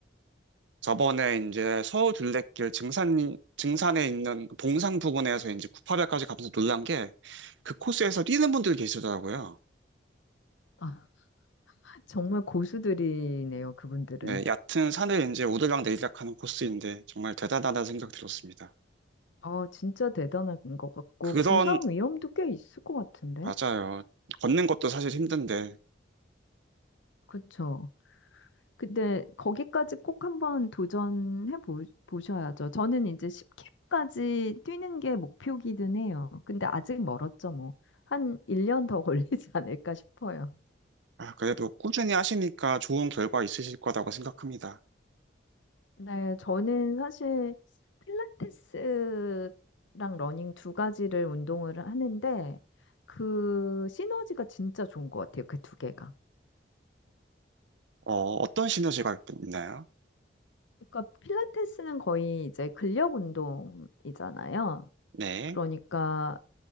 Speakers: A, on the right; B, on the left.
A: 저번에 이제 서울 둘레길 증산, 증산에 있는 그 봉산 부근에서 이제 구파발까지 가면서 놀란 게 그 코스에서 뛰는 분들이 계시더라고요.
B: 아, 정말 고수들이네요, 그분들은.
A: 네, 얕은 산을 이제 오르락 내리락 하는 코스인데 정말 대단하다는 생각 들었습니다.
B: 아, 진짜 대단한 것 같고,
A: 그런,
B: 부상 위험도 꽤 있을 것 같은데?
A: 맞아요. 걷는 것도 사실 힘든데
B: 그쵸? 근데 거기까지 꼭 한번 도전해 보- 보셔야죠. 저는 이제 10K까지 뛰는 게 목표기는 해요. 근데 아직 멀었죠, 뭐. 한 1년 더 <laughs> 걸리지 않을까 싶어요.
A: 아, 그래도 꾸준히 하시니까 좋은 결과 있으실 거라고 생각합니다.
B: 네, 저는 사실 필라테스랑 러닝 두 가지를 운동을 하는데 그 시너지가 진짜 좋은 것 같아요. 그 두 개가.
A: 어, 어떤 시너지가 있나요?
B: 그러니까 필라테스는 거의 이제 근력 운동이잖아요.
A: 네.
B: 그러니까